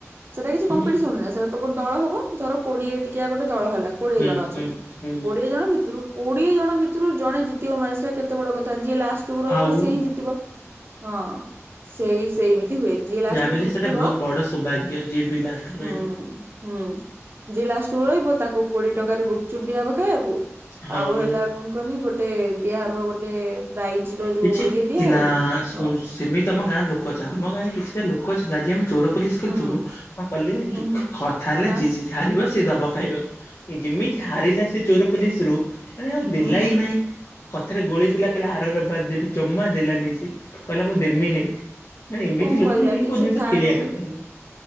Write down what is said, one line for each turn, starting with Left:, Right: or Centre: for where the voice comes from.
Right: ସେଟା କିଛି
Left: ହୁଁ
Right: କମ୍ପିଟିସନ ନୁହେଁ ସେଟା ତ ଗୋଟ ଦଳ ହବ ଧର କୋଡିଏ ଟିକିଆ ଗୋଟେ ଦଳ ହେଲା କୋଡିଏ
Left: ହୁଁ
Right: ଜଣ ଅଛନ୍ତି
Left: ହୁଁ ହୁଁ
Right: କୋଡିଏ ଜଣ ଭିତରୁ କୋଡିଏ ଜଣ ଭିତରୁ ଜଣେ ଜିତିବ ମାନେ ସେଟା କେତେ ବଡ କଥା ଯିଏ ଲାଷ୍ଟ ତୁ ରହିବୁ
Left: ଆଉ
Right: ସିଏ ହିଁ ଜିତିବ ହଁ। ସେଇ ସେଇମିତି ହୁଏ ଯିଏ ଲାଷ୍ଟ
Left: ଯାହାବି ହେଲେ
Right: କୁ ଜିତିବ
Left: ସେଟା ବହୁତ ବଡ ସୌଭାଗ୍ୟ ଯିଏ ବି ଲାଷ୍ଟକୁ ରହିବ
Right: ହୁଁ। ହୁଁ ଯିଏ ଲାଷ୍ଟ ଚୁଳେଇବ ତାକୁ କୋଡିଏ ଟଙ୍କାରେ ଗୁପଚୁପ ଦିଆହବ ଖାଇବାକୁ
Left: ହଁ।
Right: ଆଉ ହେଲା କଣ କହନି ଗୋଟେ ଦିଆହବ ଗୋଟେ ପ୍ରାଇଜ ର ଯୋଉ
Left: କିଛି
Right: ଇଏ ଦିଆହବ।
Left: କି ନା ଶୁ ସେମିତି ତମ ଗାଁ ର ଲୋକ ଚାହାଁ ଆମ ଗାଁରେ କିଛିଟା ଲୋକଛନ୍ତି ରାଜି ଆମ ଚୋର ପୋଲିସ ଖେଳଥୁନୁ
Right: ହୁଁ
Left: କଣ କାଲି
Right: ହୁଁ
Left: ଜ
Right: ହୁଁ
Left: କଥା ହେଲେ
Right: ହଁ
Left: ଯି ଯି ହାରିବ ସେ ଦବ ଖାଇବାକୁ। ସେ ଯେମିତି ହାରିଲା ସେ ଚୋର ପୋଲିସ ରୁ ମାନେ ଆଉ
Right: ହଁ
Left: ଦେଲ
Right: ହୁଁ ହୁଁ
Left: ନାହିଁ କଥାରେ ଗୋଳେଇ ଦେଲା କହିଲା ଆ ଆର ରବା ଦେବି ଜମା ଦେଲାନି ସେ କହିଲା ମୁଁ ଦେମି ନି। ମାନେ ଏମିତି
Right: କଣ
Left: ଲୋକଙ୍କୁ
Right: କରିବା
Left: ନେଇକି
Right: କିଛି
Left: କଉ ଜିନିଷ
Right: ଥାଆନ୍ତି
Left: ଖେଳିବା କଥା ନୁ।